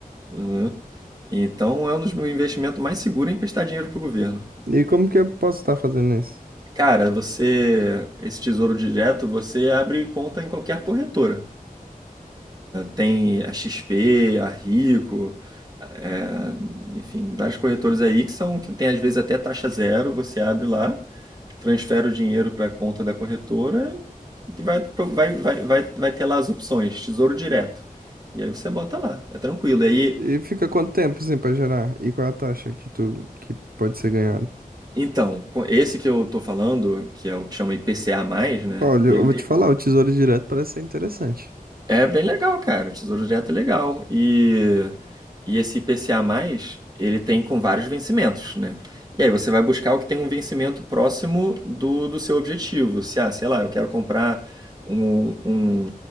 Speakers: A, on the right (about 25°); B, on the right (about 80°).
A: né? Então, é um dos meus investimentos mais seguros é emprestar dinheiro pro governo.
B: E como que eu posso estar fazendo isso?
A: Cara, você, esse Tesouro Direto, você abre conta em qualquer corretora. Tem a XP, a Rico, é, enfim, vários corretores aí que são que tem às vezes até taxa zero, você abre lá, transfere o dinheiro para a conta da corretora e vai, pro- vai, vai, vai, vai ter lá as opções, tesouro direto. E aí você bota lá, é tranquilo. E aí,
B: E fica quanto tempo, assim, pra gerar? E qual é a taxa que tu que pode ser ganhada?
A: então, com- esse que eu tô falando, que é o que chama IPCA+, né?
B: Olha,
A: Ele,
B: eu vou te falar, o Tesouro Direto parece ser interessante.
A: É bem legal, cara. O Tesouro Direto é legal. E, e esse IPCA+, ele tem com vários vencimentos, né? E aí você vai buscar o que tem um vencimento próximo do, do seu objetivo. Se, ah, sei lá, eu quero comprar um, um,